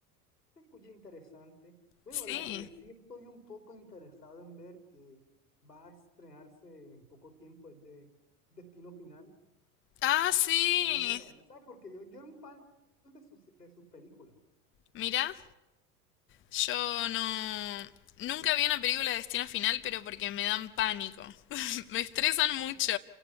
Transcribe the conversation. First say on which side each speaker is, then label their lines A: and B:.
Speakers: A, on the left (about 80°); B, on the left (about 25°).
A: Se escucha interesante. Bueno,
B: Sí.
A: la que sí estoy un poco interesado en ver que va a estrenarse en poco tiempo es de Destino Final,
B: Ah, sí.
A: la nueva, ¿sabes? Porque yo, yo era un fan de sus, de sus películas.
B: Mira, yo no... Nunca vi una película de Destino Final, pero porque me dan pánico. <laughs> Me estresan mucho.